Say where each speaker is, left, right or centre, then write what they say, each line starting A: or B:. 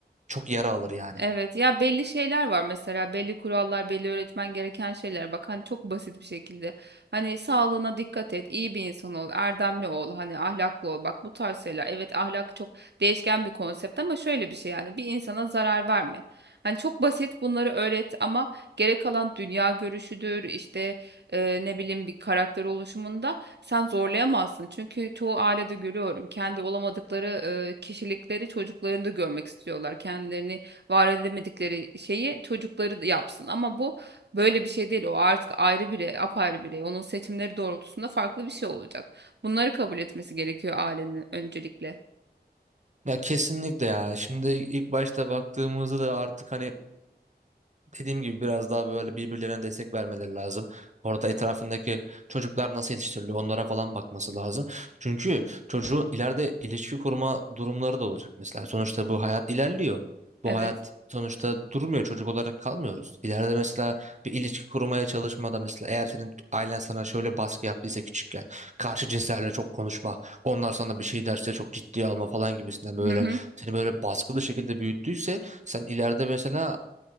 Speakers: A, on the right; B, on the right.
A: çok yara alır yani.
B: Evet ya belli şeyler var mesela belli kurallar belli öğretmen gereken şeyler bak hani çok basit bir şekilde hani sağlığına dikkat et iyi bir insan ol erdemli ol hani ahlaklı ol bak bu tarz şeyler evet ahlak çok değişken bir konsept ama şöyle bir şey yani bir insana zarar verme hani çok basit bunları öğret ama gerek kalan dünya görüşüdür işte e, ne bileyim bir karakter oluşumunda sen zorlayamazsın çünkü çoğu ailede görüyorum kendi olamadıkları e, kişilikleri çocuklarında görmek istiyorlar kendilerini var edemedikleri şeyi çocukları da yapsın. Ama bu böyle bir şey değil. O artık ayrı birey, apayrı birey. Onun seçimleri doğrultusunda farklı bir şey olacak. Bunları kabul etmesi gerekiyor ailenin öncelikle.
A: Ya kesinlikle ya. Şimdi ilk başta baktığımızda da artık hani dediğim gibi biraz daha böyle birbirlerine destek vermeleri lazım. Orada etrafındaki çocuklar nasıl yetiştiriliyor onlara falan bakması lazım. Çünkü çocuğun ileride ilişki kurma durumları da olacak mesela. Sonuçta bu hayat ilerliyor. Bu
B: Evet.
A: hayat sonuçta durmuyor. Çocuk olarak kalmıyoruz. İleride mesela bir ilişki kurmaya çalışmada mesela eğer senin ailen sana şöyle baskı yaptıysa küçükken karşı cinslerle çok konuşma, onlar sana bir şey derse çok ciddiye alma falan gibisinden böyle
B: Hı hı.
A: seni böyle baskılı şekilde büyüttüyse sen ileride mesela